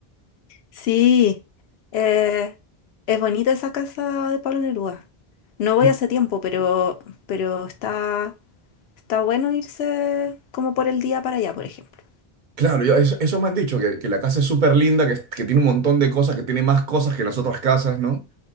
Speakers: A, on the left; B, on the right.
A: Sí, eh, es bonita esa casa de Pablo Neruda. No voy
B: Yo-
A: hace tiempo, pero, pero está, está bueno irse como por el día para allá, por ejemplo.
B: Claro, yo, eso, eso me han dicho, que, que la casa es súper linda, que, que tiene un montón de cosas, que tiene más cosas que las otras casas, ¿no?